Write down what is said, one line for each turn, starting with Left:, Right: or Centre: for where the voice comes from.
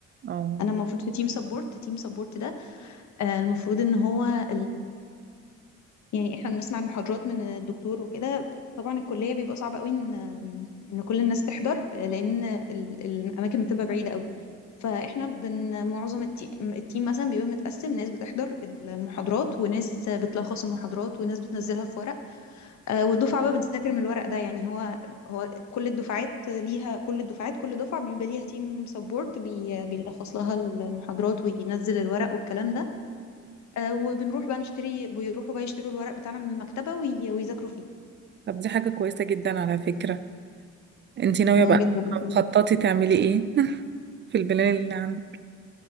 Right: اه
Left: انا المفروض في تيم سبورت تيم سبورت ده آه المفروض ان هو يعني احنا بنسمع المحاضرات من الدكتور وكده طبعا الكلية بيبقى صعب قوي ان ان كل الناس تحضر لان ال- الاماكن بتبقى بعيدة قوي فاحنا بن معظم التي- التيم مثلا بيبقى متقسم ناس بتحضر المحاضرات وناس بتلخص المحاضرات وناس بتنزلها في ورق آه، والدفعة بقى بتذاكر من الورق ده يعني هو هو كل الدفعات ليها كل الدفعات كل دفعة بيبقى ليها تيم سبورت بي بيلخص لها المحاضرات وينزل الورق والكلام ده آه، وبنروح بقى نشتري بيروحوا بقى يشتروا الورق بتاعنا من المكتبة وي- ويذاكروا فيه
Right: طب دي حاجة كويسة جدا على فكرة انتي ناوية
Left: اه
Right: بقى
Left: جدا بصراحة.
Right: خططي تعملي ايه <laughs> في البلان اللي عندك؟